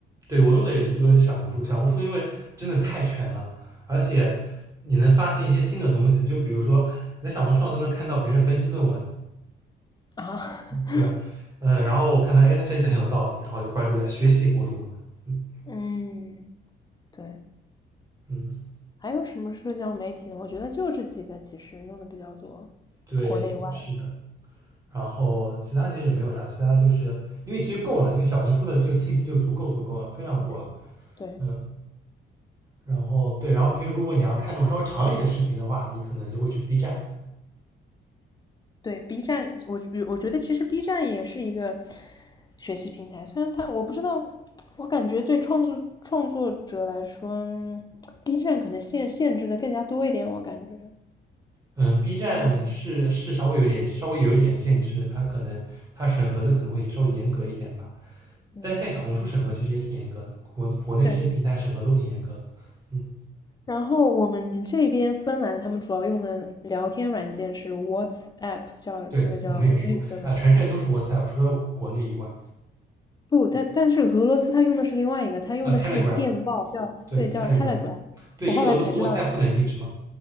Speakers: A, on the right; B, on the left.
A: 对我用的也是最多的是小红书，小红书因为真的太全了，而且你能发现一些新的东西，就比如说你在小红书上都能看到别人分析论文，
B: 啊，<laughs>
A: 对吧？嗯，然后我看他，哎，他分析很有道理，然后就关注一下学习博主嘛。嗯
B: 嗯，对，
A: 嗯，
B: 还有什么社交媒体呢？我觉得就这几个，其实用的比较多，
A: 对，
B: 国内外，
A: 是的。然后其他其实也没有啥，其他就是因为其实够了，因为小红书的这个信息就足够足够了，非常多了。
B: 对对。
A: 嗯，然后对，然后平时如果你要看这种稍微长一点的视频的话，你可能就会去 B 站。
B: 对，B 站，我我觉得其实 B 站也是一个学习平台，虽然它我不知道，我感觉对创作创作者来说嗯 <tsk> b 站可能限限制的更加多一点，我感觉
A: 嗯，B 站是是稍微有点稍微有一点限制，
B: 相对于，
A: 它可能它审核的可能会稍微严格一点吧。
B: 嗯，
A: 但是现在小红书审核其实也挺严格的，国国内这些平台审核都挺严格的。
B: 对。
A: 嗯，
B: 然后我们这边芬兰他们主要用的聊天软件是 WhatsApp，叫这个叫绿色的那个。
A: 对，我们也说啊、全世界都是 WhatsApp，除了国内以外，
B: 不，但但是俄罗斯它用的是另外一个，它用的是电报，
A: 啊、t e l e g r a m
B: 叫对叫
A: 对 Telegram，
B: Telegram。
A: 对，
B: 我后来才知道
A: 因为俄罗斯 WhatsApp 不能进去嘛。